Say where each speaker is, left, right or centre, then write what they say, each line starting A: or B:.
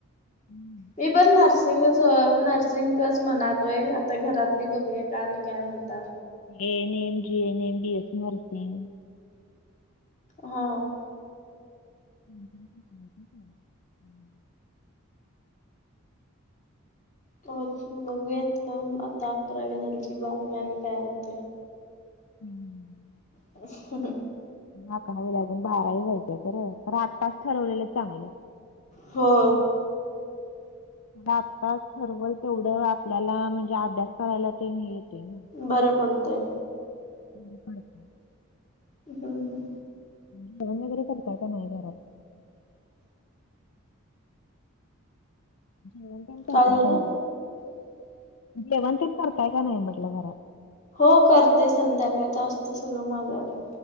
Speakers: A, on the left (about 70°); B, on the left (about 35°).
A: हम्म.
B: मी पण नर्स नसिंगच नर्सिंगच म्हणालोय आता घरातली बघुया का आणि काय म्हणतात
A: ANM GNM B SC nursing
B: होव
A: <inaudible>
B: हो बघुयात आता अकरावी झाली की बारावी आणि काय होते
A: हं
B: <inaudible>
A: अकावीेला आजुन बारावी व्हायची खर आत्ताच ठरवलेल चांगल
B: हो
A: आता ठरवल तेवढ आपल्याला म्हणजे अभ्यास करायला ते येते ना
B: बर पडतय
A: बर पडतंय
B: हं हं
A: जेवण वगैरे करताय का नाही घरात जेवण तेन करताय
B: काय झालं?
A: का नाही जेवण तेन करताय का नाही म्हटल घरात
B: हो करते संध्याकाळच असते जास्त माझ्याकडे